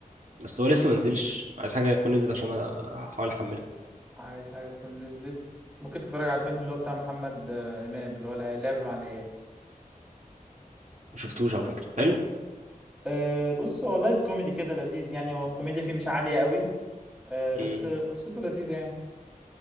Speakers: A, on the right; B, in the centre.
A: بس هو لسه ما نزلش عايز حاجة تكون نزلت عشان أ- أحاول أحملها
B: عايز حاجة تكون نزلت ممكن تتفرج على الفيلم اللي هو بتاع محمد آه، إمام اللي هو الع- اللعب مع العيال
A: ما شفتوش على فكرة حلو
B: أه بص هو لايت كوميدي كده لذيذ يعني هو الكوميديا فيه مش عالية قوي أه
A: امم
B: بس قصته لذيذة يعني